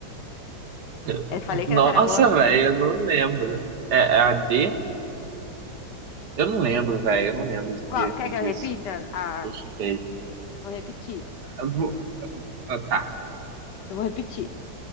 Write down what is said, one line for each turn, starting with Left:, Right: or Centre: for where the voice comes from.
Right: <laughs>
Left: Eu falei
Right: nossa,
Left: que essa era boa.
Right: velho, eu não lembro. É, é a D? Eu não lembro, velho, eu não lembro o
Left: Qual,
Right: termo
Left: quer que
Right: disso.
Left: eu repita? As,
Right: Eu chutei.
Left: vou repetir.
Right: Eu vou- ah, tá,
Left: Eu vou repetir.